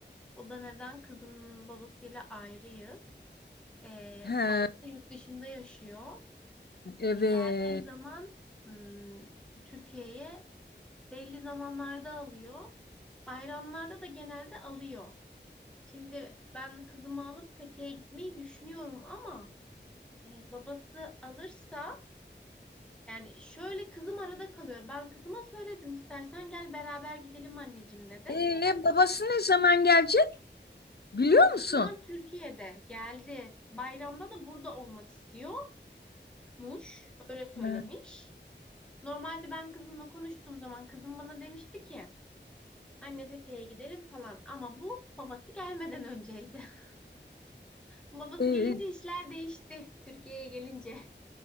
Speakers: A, in the centre; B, on the left (about 60°).
A: O da neden? Kızın babasıyla ayrıyız. Ee,
B: He,
A: babası da yurt dışında yaşıyor.
B: evet.
A: Ee, geldiği zaman ım, Türkiye'ye belli zamanlarda alıyor. Bayramlarda da genelde alıyor. Şimdi ben kızımı alıp Fethiye'ye gitmeyi düşünüyorum ama e, babası alırsa yani şöyle kızım arada kalıyor. Ben kızıma söyledim istersen gel beraber gidelim anneciğim dedim.
B: Ee, babası ne zaman gelecek biliyor
A: Babası
B: musun?
A: şu an Türkiye'de geldi. Bayramda da burada olmak istiyor. muş öyle söylemiş.
B: Ha,
A: Normalde ben kızımla konuştuğum zaman kızım bana demişti ki anne Fethiye'ye gidelim falan ama bu babası gelmeden önceydi. <laughs> Babası
B: ee,
A: gelince işler değişti Türkiye'ye gelince.